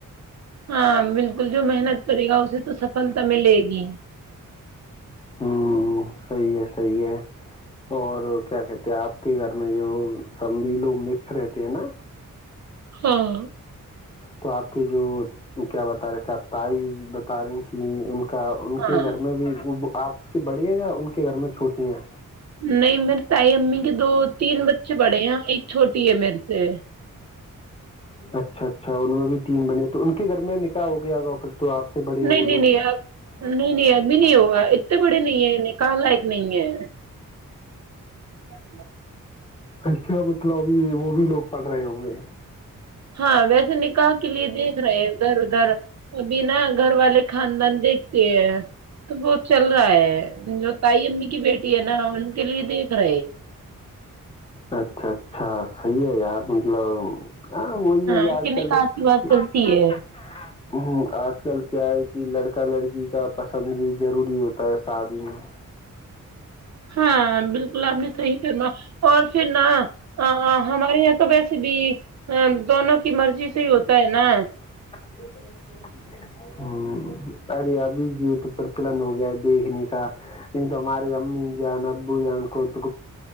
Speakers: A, on the right; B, on the left.
A: ہاں بالکل جو محنت کرے گا اسے تو سفلتا ملے گی
B: ہوں صحیح ہے صحیح ہے اور کیا کہتے آپ کے گھر میں جو سبب لوگ مکس رہتے ہیں نا
A: ہاں
B: تو آپ کے جو کیا بتا رہے تھے آپ تائ بتا رہی تھیں ان کا ان
A: ہاں
B: کے گھر میں بھی وہ آپ سے بڑی ہے یا ان کے گھر میں چھوٹی ہیں
A: نہیں میرے تائی امی کے دو تین بچے پڑے ہیں ایک چھوٹی ٹی ای مر سے
B: اچھا اچھا ان میں بھی تین بنے تو ان کے گھر میں نکاح ہو گیا گا پھر تو آپ سے بڑے ہیں وہ
A: نہیں
B: لوگ
A: نہیں نہیں نہیں نہیں ابھی نہیں ہوگا اتنے بڑے نہیں ہیںیں کہا لائق نہیں ہے <inaudible>
B: اچھا مطلب ابھی وہ بھی لوگ پڑھ رہے ہوں گے
A: ہاں ویسے نکاح کے لیے دیکھ رہے ہیں ادھر ادھر ابھی نا گھر والے خاندان دیکھتے ہیں تو وہ چل رہا ہے جو تائی امی کی بیٹی ہے نا ان کے لیے دیکھ <inaudible>
B: اچھا اچھا صحیح ہے یار مطلب ہاں وہی ہے کہ
A: ان
B: آج
A: کے
B: کل
A: نکاح
B: تو
A: کی بات چلتی ہے
B: ہ آج کل کیا ہے کہ لڑکا لڑکی کا پسند بھی ضروری ہوتا ہے شادی میں
A: ہاں بالکل آپ نے صحیح کرما اور پھر نا ہمارے یہاں تو ویسے بھی دونوں کی مرضی سے ہی ہوتا ہے نا
B: ہ ارے ابھی یہ تو پرچلن ہو گیا ہے دیکھنے کا نہیں تو ہمارے امی جانا بوان کو تو